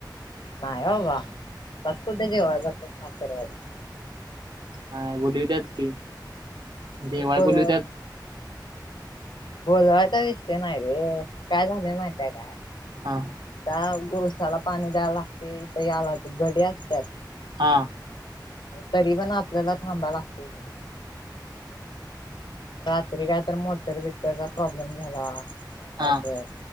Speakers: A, on the left; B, on the right.
A: नाही बाबा आत्ताच कुठ देवाला जातात. सासरवाडीत
B: नाही. बोलूव त्यात की,
A: अरे,
B: जेवाय
A: बघ
B: बोलवत्यात
A: बोलवायचा विषय नाही रे! काय झालंय माहित आहे काय.
B: हा,
A: त्या ऊसाला पाणी द्यायला लागतय. इथ याला गडी असत्यात.
B: हा,
A: तरी पण आपल्याला थांबा लागतय. रात्री काय तर मोटर बिटरचा प्रॉब्लेम झाला काय
B: हा
A: तर.